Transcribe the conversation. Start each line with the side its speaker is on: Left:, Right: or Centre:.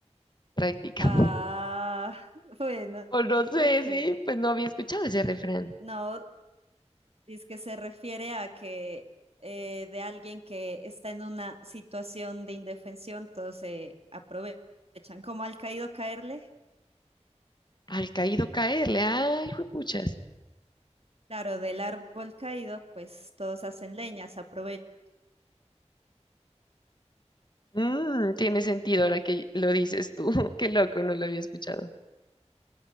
Left: prácticamente.
Right: Ah,
Left: <laughs>
Right: bueno,
Left: O no sé,
Right: ok.
Left: sí, pues no había escuchado ese refrán.
Right: No, es que se refiere a que eh, de alguien que está en una situación de indefensión, todos se aprovechan. Como al caído caerle,
Left: Al caído caerle. Ay, juepuchas.
Right: claro, del árbol caído, pues todos hacen leñas, aprovechan.
Left: Mm, tiene sentido ahora que lo dices tú. <laughs> Qué loco, no lo había escuchado.